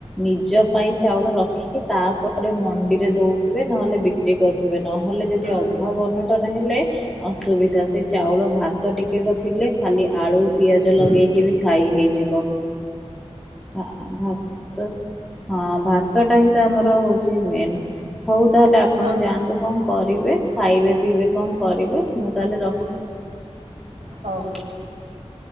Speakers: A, in the centre; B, on the right (about 80°).
A: ନିଜ ପାଇଁ ଚାଉଳ ରଖିକି ତାପରେ ମଣ୍ଡିରେ ଦଉଥିବେ ନହେଲେ ବିକ୍ରି କରୁଥିବେ ନହେଲେ ଯଦି
B: ହୁଁ।
A: ଅଭାବ ଅନଟନ ହେଲେ ଅସୁବିଧା ସେଇ ଚାଉଳ ଭାତ ଟିକେକ ଥିଲେ ଖାଲି ଆଳୁ ପିଆଜ
B: ହୁଁ।
A: ଲଗେଇକିବି ଖାଇ ହେଇଯିବ। ଆ ଭାତ ହଁ ଭାତଟା ହିଁ ତ ଆମର ହଉଚି ମେନ୍। ହଉ ତାହେଲେ ଆପଣ
B: ହଁ
A: ଯାଆନ୍ତୁ କଣ କରିବେ ଖାଇବେ ପିଇବେ କଣ କରିବେ ମୁଁ ତାହେଲେ ର
B: ହୁଁ ହଉ।
A: <inaudible>